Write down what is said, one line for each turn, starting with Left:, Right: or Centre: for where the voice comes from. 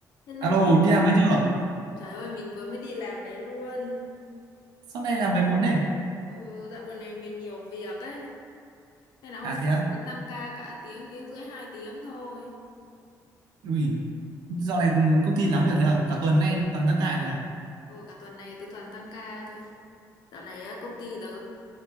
Left: Hello,
Right: Alo, đi làm về chưa?
Left: trời ơi mình vừa mới đi làm về luôn.
Right: sau này làm về muộn thế?
Left: Ừ, dạo gần này mình nhiều việc ấy, nên là hôm
Right: À
Left: nay
Right: thế á?
Left: cũng vẫn tăng ca cả tiếng, tiếng rưỡi, hai tiếng thôi.
Right: Ui, dạo này công ty lắm việc thế à? Cả tuần nay toàn tăng ca thế à?
Left: Ừ, cả tuần này tôi toàn tăng ca thôi. Dạo này á, công ty tớ